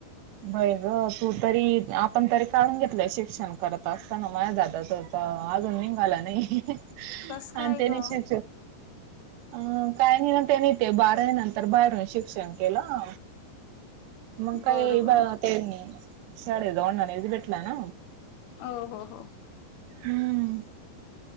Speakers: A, on the right; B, on the left.
A: बय ग तू तरी आपण तरी काढून घेतलंय शिक्षण करत असताना माझ्या दादाच <unintelligible> अजून निघाला नाही आणि
B: कस काय
A: त्यानी
B: ग
A: श अं न काय नाही न त्याने बारावी नंतर बाहेरून शिक्षण केलं. मग काय
B: बरोबर
A: ब ते शाळे जवळ नाहीच भेटला ना.
B: हो हो हो
A: हम्म